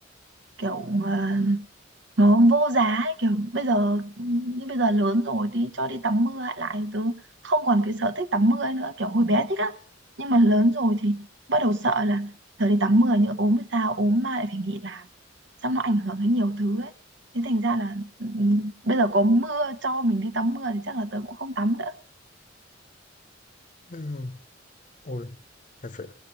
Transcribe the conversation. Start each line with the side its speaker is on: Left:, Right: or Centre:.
Right: kiểu ờ, nó vô giá ấy, kiểu bây giờ như bây giờ lớn rồi đi cho đi tắm mưa lại lại tớ không còn cái sở thích tắm mưa nữa kiểu hồi bé thích lắm nhưng mà lớn rồi thì bắt đầu sợ là giờ đi tắm mưa như ốm hay sao ốm mà lại phải nghỉ làm xong nó ảnh hưởng đến nhiều thứ ấy thế thành ra là ừ, ừ, bây giờ có mưa cho mình đi tắm mưa thì chắc là tớ cũng không tắm nữa
Left: ừm, ôi, thật sự,